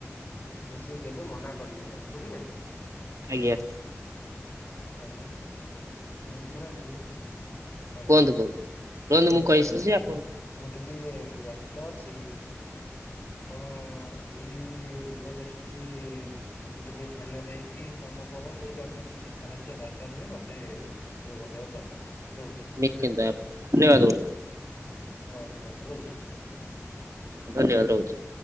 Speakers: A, on the left; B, on the right.
A: ତ ସେ କେବେ ମନା କରିବେ ନାହିଁ ବୁଝିଲେ।
B: ଆଜ୍ଞା।
A: ଆଜ୍ଞା। ହଉ ଶୁଣନ୍ତୁ ଆଜ୍ଞା
B: କୁହନ୍ତୁ କୁହନ୍ତୁ ରୁହନ୍ତୁ ମୁଁ
A: ନାଇଁ
B: କହିସାରିଛି ଆପଣ
A: ମୁଁ ଟିକେ ବ୍ୟସ୍ତ ଅଛି। ଆପଣ ଏହି ଉପଦେଶଟି ତୁ ଟିକେ ଧ୍ୟାନ ଦେଇକି କାମ କରନ୍ତୁ ଯଦି କିଛି ସାହାଯ୍ୟ ଦରକାର ହୁଏ ମୋତେ ଯୋଗଯାଗ କରିବେ ରହୁଛି।
B: ନିଶ୍ଚିନ୍ତ
A: ଧନ୍ୟବାଦ
B: <unintelligible>
A: ନମସ୍କାର ରହୁଛି।
B: ଧନ୍ୟବାଦ ରହୁଛି।